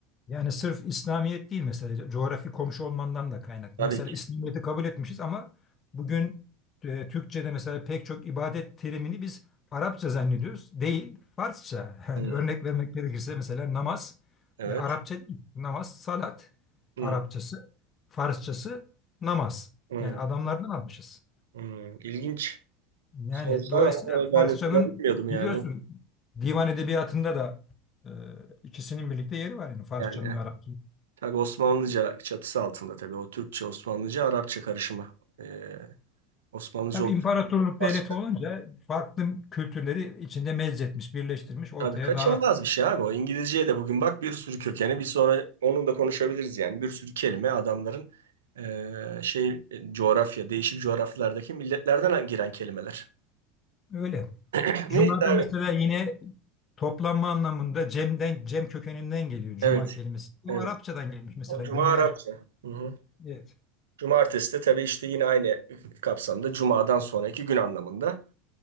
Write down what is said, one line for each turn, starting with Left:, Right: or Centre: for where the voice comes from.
Left: Yani sırf İslamiyet değil mesela coğrafi komşu olmandan da kaynaklı.
Right: Tabii
Left: Mesela
Right: ki.
Left: İslamiyet'i kabul etmişiz ama bugün e, Türkçe'de mesela pek çok ibadet terimini biz Arapça zannediyoruz. Değil, Farsça. <laughs> Yani
Right: Hmm,
Left: örnek vermek gerekirse mesela namaz
Right: evet.
Left: e, Arapça değil. Namaz, salat
Right: Hmm,
Left: Arapçası, Farsçası namaz.
Right: hmm,
Left: Yani adamlardan almışız.
Right: hmm. İlginç.
Left: Yani
Right: Sorsana
Left: dolayısıyla
Right: ama ben,
Left: Farsçanın
Right: ben bilmiyordum yani.
Left: biliyorsun
Right: O-
Left: divan edebiyatında da e, ikisinin birlikte yeri var yani Farsçanın
Right: Yani
Left: ve Arapçanın.
Right: tabii Osmanlıca çatısı altında tabii. O Türkçe, Osmanlıca, Arapça karışımı. Ee, Osmanlıca
Left: Tabii
Right: olması
Left: imparatorluk devleti olunca farklı kültürleri içinde mezzetmiş, birleştirmiş ortaya
Right: Tabii kaçınılmaz
Left: daha
Right: bir şey abi o. İngilizceye de bugün bak bir sürü kökeni bir sonra onu da konuşabiliriz yani. Bir sürü kelime adamların eee, şey e, coğrafya değişik coğrafyalardaki milletlerden giren kelimeler.
Left: öyle.
Right: <clears throat>
Left: Cuma'da
Right: Neyse abi.
Left: mesela yine toplanma anlamında cemden cem kökeninden geliyor cuma
Right: Evet.
Left: kelimesi. O
Right: Evet.
Left: Arapçadan gelmiş mesela
Right: O Cuma
Left: günler
Right: Arapça. Hı hı.
Left: e,
Right: Cumartesi de tabii işte yine aynı kapsamda Cuma'dan sonraki gün anlamında.